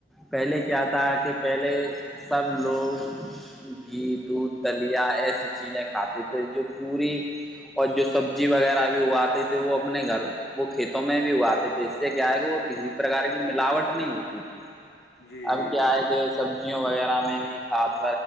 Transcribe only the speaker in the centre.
پہلے کیا تھا کہ پہلے سب لوگ گھی دودھ دلیا ایسی چیزیں کھاتے تھے جو پوری اور جو سبزی وغیرہ بھی اگاتے تھے وہ اپنے گھر وہ کھیتوں میں بھی اگاتے تھے اس سے کیا ہے کہ وہ کسی بھی پرکار کی ملاوٹ نہیں ہوتی تھی
اب
کیا
ہے کہ
سب سبزیوں وغیرہ میں بھی کھاد